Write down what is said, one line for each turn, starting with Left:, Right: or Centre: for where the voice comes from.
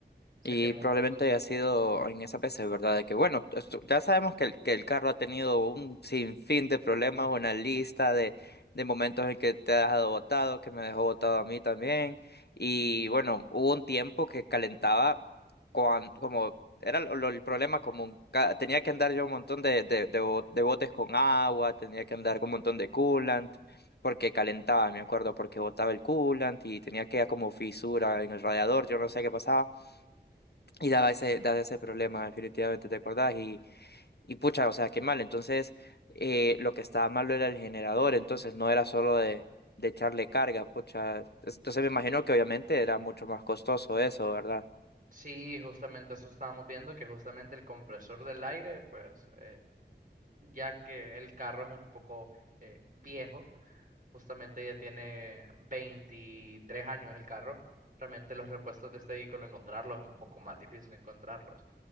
Right: Se
Left: Y
Right: quemó
Left: probablemente
Right: con dos...
Left: haya sido en esa PC, ¿verdad? De que, bueno, esto- ya sabemos que el, que el carro ha tenido un sinfín de problemas, una lista de, de momentos en que te ha dejado botado, que me dejó botado a mí también. Y bueno, hubo un tiempo que calentaba cuan- como era lo- lo- el problema común. Ca- Tenía que andar yo un montón de, de, de, bo- de botes con agua, tenía que andar con un montón de coolant, porque calentaba, me acuerdo, porque botaba el coolant y tenía que como fisura en el radiador, yo no sé qué pasaba. Y daba ese, daba ese problema, definitivamente, ¿te acordás? Y, y pucha, o sea, qué mal. Entonces, eh, lo que estaba malo era el generador, entonces no era solo de, de echarle carga, pucha. Es- Entonces me imagino que obviamente era mucho más costoso eso, ¿verdad?
Right: Sí, justamente eso estábamos viendo, que justamente el compresor del aire, pues, eh, ya que el carro es un poco eh, viejo, justamente ya tiene 23 años el carro, realmente los repuestos de este vehículo encontrarlos es un poco más difícil encontrarlos.